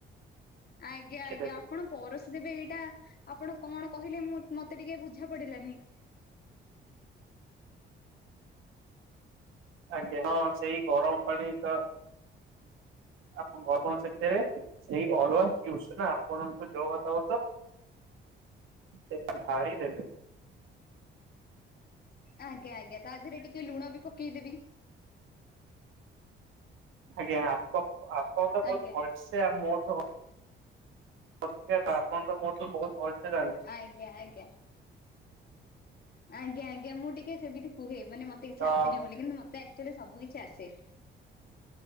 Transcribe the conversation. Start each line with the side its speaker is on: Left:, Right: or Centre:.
Left: ଆଜ୍ଞା
Right: ରଖିଦେବେ
Left: ଆଜ୍ଞା ଆପଣ ପରୋଷୀଦେବେ ଏଇଟା ଆପଣ କଣ କହିଲେ ମୁଁ ମତେ ଟିକେ ବୁଝା ପଡିଲାନି।
Right: ଆଜ୍ଞା ହଁ ସେଇ ଗରମ ପାଣି ତ ଆପଣ ଆପଣ ସେଥିରେ ସେଇ ଅରୁଆ କି ଉସନା ଆପଣଙ୍କୁ ଯୋଉ ଭାତ ପସନ୍ଦ ସେଠି ଢାଳି ଦେବେ।
Left: ଆଜ୍ଞା ଆଜ୍ଞା ତା ଦେହରେ ଟିକେ ଲୁଣବି ପକେଇଦେବି।
Right: ଆଜ୍ଞା ଆପଣ ଆପଣ ତ ବହୁତ
Left: ଆଜ୍ଞା
Right: ଭ ସେ ମୋଠୁ ଅଧିକା ଆପଣ ତ ମୋଠୁ ବହୁତ ଭଲସେ ଜାଣି
Left: ଆଜ୍ଞା ଆଜ୍ଞା। ଆଜ୍ଞା ଆଜ୍ଞା ମୁଁ ଟିକେ ସେମିତି କୁହେ ମାନେ ମତେ କିଛି
Right: ତ
Left: ଆସେନି ବୋଲି କିନ୍ତୁ ମତେ ଆକଚୁଆଲି ସବୁ କିଛି ଆସେ।